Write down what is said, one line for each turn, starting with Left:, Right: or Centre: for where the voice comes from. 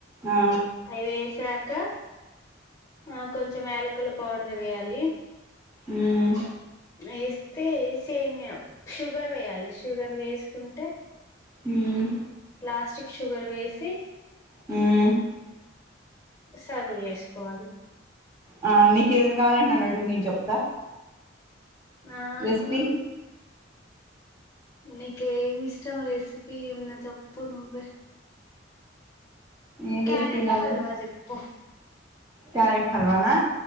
Right: ఆ
Left: అయ్ వేసా ఇంకా ఆ కొంచెం యాలకుల పౌడర్ వెయ్యాలి,
Right: హ్మ్
Left: ఏస్తే సేమ్యా షుగర్ వెయ్యాలి షుగర్ వేసుకుంటే
Right: హ్మ్
Left: ప్లాస్టిక్ షుగర్ వేసి
Right: హ్మ్
Left: సర్వ్ జేసుకోవాలి
Right: ఆ నీకేదన్ గావాలంటే నన్నడుగు నేను చెప్తా
Left: మాకు
Right: రెసిపీ
Left: నీకు ఏమి ఇష్టం రెసిపిి ఏమన్నా చెప్పు నువ్వే
Right: ఏం
Left: క్యారెట్
Right: రెసిపీ కావాలి
Left: హల్వా జేప్పు
Right: క్యారెట్ హాల్వానా